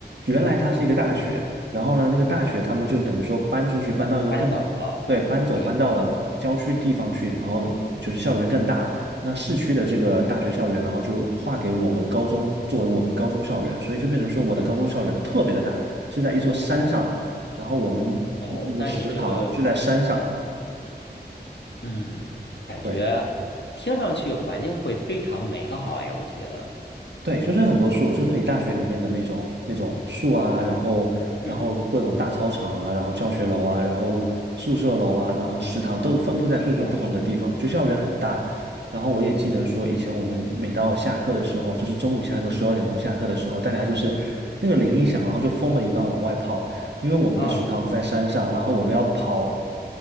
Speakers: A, on the right; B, on the left.
A: 原来它是一个大学，然后呢，那个大学他们就等于说搬出去，
B: 嗯，
A: 搬到一个更好，
B: 搬走了，
A: 对，搬走搬到了郊区地方去，
B: 对，
A: 然后就是校园更大。
B: 嗯
A: 那市区的这个大学校园，然后就划给我们高中作为我们高中校园，所以就变成说我的高中校园特别的大，
B: 嗯，
A: 是在一座山上，
B: 哦
A: 然后我们那个食堂就在山上。
B: 哦，那你这个。嗯，感觉
A: 对。
B: 听上去环境会非常美好哎，我觉得。
A: 对，就是很多树，就是你大学里面的那种那种树啊，然后然后各种大操场啊，
B: 嗯，
A: 然后教学楼啊，然后宿舍楼啊，然后食堂都分布在各个不同的地方，
B: 是啊，是
A: 就校园很大。然后我也记得说，以前我们每到下课的时候，就是中午下课十二点钟下课的时候，大家就是那个铃一响，然后就疯了一般往外跑，因为我们的食堂在山上，
B: 啊，啊，
A: 然后我们要跑